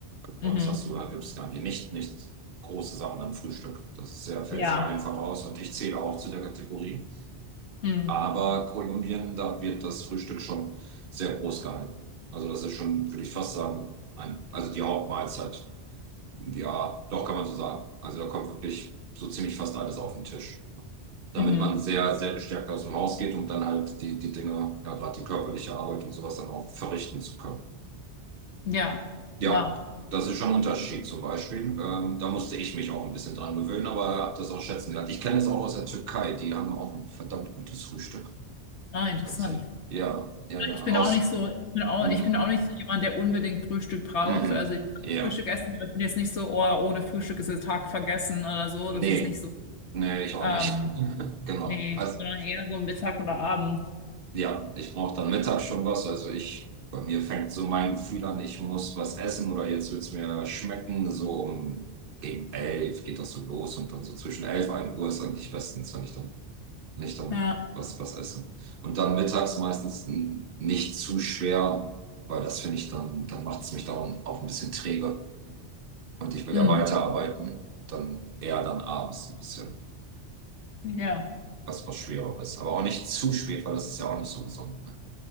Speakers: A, on the left; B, on the right.
A: Mhm.
B: Bei uns hast du, da gibt es gar nicht, nicht, nicht große Sachen am Frühstück. Das ist sehr, fällt
A: Ja.
B: sehr einfach aus und ich zähle auch zu der Kategorie.
A: Mhm.
B: Aber Kolumbien, da wird das Frühstück schon sehr groß gehalten. Also das ist schon, würde ich fast sagen, ein, also die Hauptmahlzeit. Ja, doch kann man so sagen. Also da kommt wirklich so ziemlich fast alles auf den Tisch. Damit
A: Mhm.
B: man sehr, sehr gestärkt aus dem Haus geht, um dann halt die, die Dinge, ja, gerade die körperliche Arbeit und sowas dann auch verrichten zu können.
A: Ja.
B: Ja,
A: Wow.
B: das ist schon ein Unterschied zum Beispiel. Ähm, da musste ich mich auch ein bisschen dran gewöhnen, aber habe das auch schätzen gelernt. Ich kenne es auch aus der Türkei. Die haben auch ein verdammt gutes Frühstück.
A: Ah, interessant.
B: Tatsächlich. Ja, ja, ja.
A: Ich bin
B: Aus.
A: auch nicht so, ich bin auch,
B: Mhm.
A: ich bin auch nicht so jemand, der unbedingt Frühstück braucht.
B: Mhm.
A: Also ich kann
B: Ja.
A: Frühstück essen, aber ich bin jetzt nicht so, oh, ohne Frühstück ist der Tag vergessen oder so.
B: Nee.
A: Das ist nicht so.
B: Nee, ich auch
A: Ähm,
B: nicht. <laughs> Genau.
A: nee,
B: Also,
A: sondern eher so Mittag oder Abend.
B: Ja, ich brauche dann mittags schon was. Also ich, bei mir fängt so mein Gefühl an, ich muss was essen oder jetzt wird's mir schmecken. So um gegen elf geht das so los und dann so zwischen elf und 1 Uhr ist eigentlich bestens, wenn ich dann, wenn ich dann
A: Ja.
B: was, was esse. Und dann mittags meistens n- nicht zu schwer, weil das finde ich dann, dann macht's mich dann auch ein bisschen träge. Und ich will
A: Mhm.
B: ja weiterarbeiten. Dann eher dann abends ein bisschen
A: Ja.
B: was, was Schwereres. Aber auch nicht zu spät, weil das ist ja auch nicht so gesund, ne?